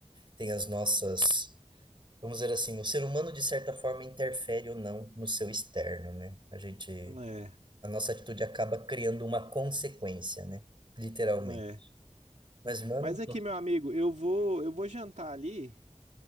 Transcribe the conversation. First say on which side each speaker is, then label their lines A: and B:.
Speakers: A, on the right; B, on the right.
A: tem as nossas, vamos dizer assim, o ser humano de certa forma interfere ou não no seu externo, né? A gente,
B: É,
A: a nossa atitude acaba criando uma consequência, né? Literalmente.
B: é.
A: Mas, mano,
B: Mas aqui, meu amigo, eu vou, eu vou jantar ali.